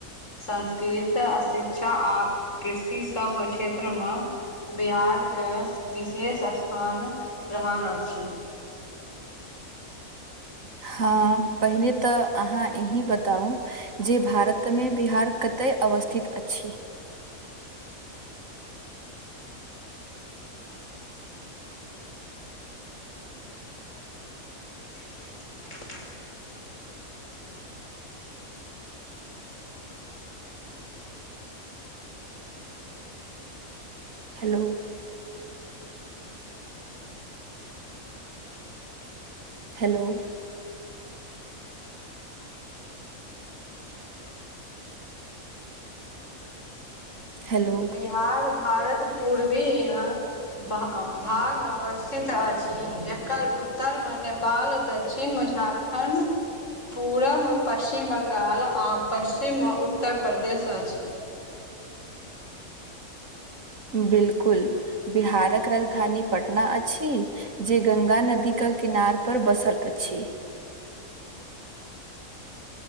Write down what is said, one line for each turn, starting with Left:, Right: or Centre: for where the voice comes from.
Left: संस्कृर शिक्षा आ कृषि सब क्षेत्र मे बिहार के विशेष स्थान रहल अछि
Right: हँ पहिने तऽ अहाँ इही बताउ जे भारतमे बिहार कतय अवस्थित अछि
Left: <inaudible>
Right: hello hello hello
Left: Bihar Bharat पूर्वी <unintelligible> भाग अवस्थित अछि एकर उत्तर मे नेपाल दक्षिण मे झारखण्ड पूरब मे पश्चिम बंगाल आ पश्चिम उत्तर प्रदेश अछि
Right: बिलकुल बिहारक राजधानी पटना अछि जे गंगा नदी क किनार पर बसल अछि